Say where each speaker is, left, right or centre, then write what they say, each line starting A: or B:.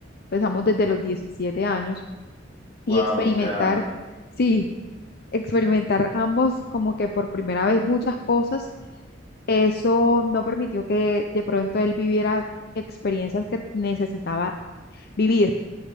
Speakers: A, on the left; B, on the left.
A: empezamos desde los 17 años y
B: Wow,
A: experimentar,
B: o sea...
A: sí, experimentar ambos como que por primera vez muchas cosas, eso no permitió que de pronto él viviera experiencias que necesitaba vivir,